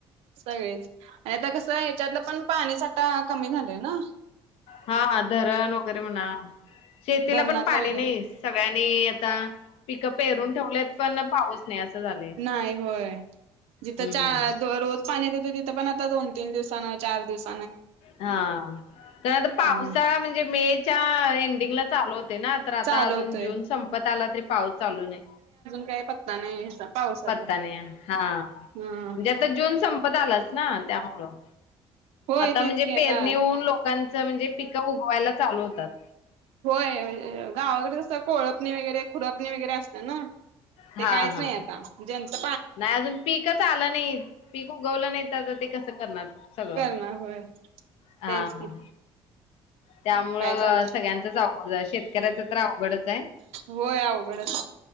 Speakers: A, on the right; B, on the left.
A: सगळेच आणि आता कसं हेच्यातलं पण पाणीसाठा कमी झालंय ना.
B: हा धरण वगैरे म्हणा. शेतीला
A: धरणातला
B: पण पाणी
A: वगैरे
B: नई, सगळ्यांनी आता पिकं पेरून ठेवलेत. पण पाऊस नाही असं झालंय.
A: नाही होय. जिथं
B: हम्म
A: चा
B: हम्म.
A: दरोज मी पण देतो तिथे पण आता दोन-तीन दिवसांन चार दिवसांन
B: हा. तर पावसाळा
A: हम्म
B: म्हणजे मे च्या एंडिंगला चालू होत ना. तर आता
A: चालू
B: अजून
A: होतय
B: जून संपत आला तरी पाऊस चालू नई.
A: काय पत्ता नई ह्याचा. पावसाचा
B: पत्ता नई हा. म्हणजे
A: हा
B: आता जून संपत आलाच ना. त्यामुळं.
A: होय
B: आता
A: तेच
B: म्हणजे
A: की
B: पेरणी
A: आता
B: होऊन लोकां म्हणजे पिकं उगवायला चालू होतात.
A: होय गावाकड कसं कोळपणी वगैरे, खुरपणी वगैरे असते ना.
B: हा
A: ते कायच
B: हा
A: नई आता. जेंच
B: नाही अजून पीकच आलं नाही, पीक उगवलं नाही, आता ते कस करणार. सगळं.
A: करमा होय तेच
B: हा हा
A: की
B: त्यामुळं
A: काय चाललं
B: सगळ्यांचच अव शेतकऱ्याचं तर अवडच आहे
A: होय अवघडच